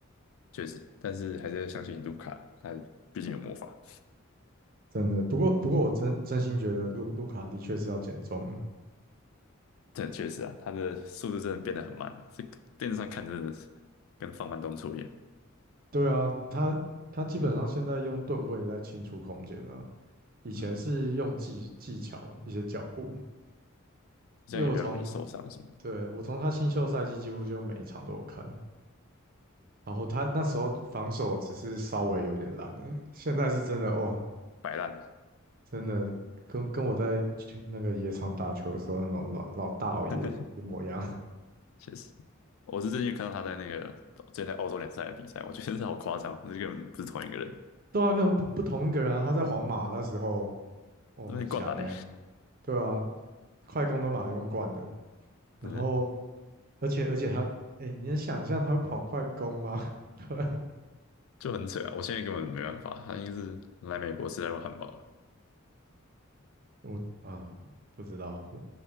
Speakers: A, on the left (about 70°); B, on the right (about 45°).
A: 确实。但是还是要相信卢卡，他毕竟有魔法。
B: 真的。不过不过我真真心觉得路路卡的确是要减重了。
A: 但确实啊，他的速度真的变得很慢，这个电视上看真的是跟放慢动作一样。
B: 对啊，他他基本上现在用盾位在清除空间啊，以前是用技技巧一些脚步。
A: 嗯，这样也比较容易受伤什么的，
B: 因为我从对我从他新秀赛季几乎就每一场都有看，然后他那时候防守只是稍微有点烂而已现在是真的哇，
A: 摆烂的，
B: 真的跟跟我在去那个野场打球的时候那种老老大老爷一模一样。
A: <laughs> 确实。我是最近有看到他在那个最近在澳洲联赛的比赛，我觉得真是好夸张，这根本不是同一个人，
B: 对啊，根本不不同一个人啊！他在皇马那时候，哦，
A: 那边灌篮呢、
B: 很强诶、对啊，快攻都马用惯的。然后，
A: 真的
B: 而且而且他，诶、你能想象他会跑快攻吗？<laughs>
A: 就很扯啊！我现在根本没办法，他应该是来美国吃太多汉堡了。
B: 我啊，不知道。我